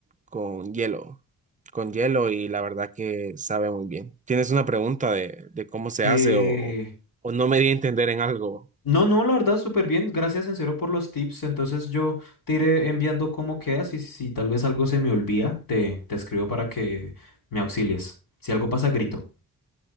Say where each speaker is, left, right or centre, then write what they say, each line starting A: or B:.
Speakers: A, on the right; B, on the left.
A: con hielo, con hielo y la verdad que sabe muy bien. ¿Tienes una pregunta de, de cómo se
B: Eh,
A: hace o, o, o no me di a entender en algo?
B: no, no, la verdad, súper bien. Gracias en serio por los tips. Entonces yo te iré enviando cómo quedas y si tal vez algo se me olvida, te, te escribo para que me auxilies. Si algo pasa, grito.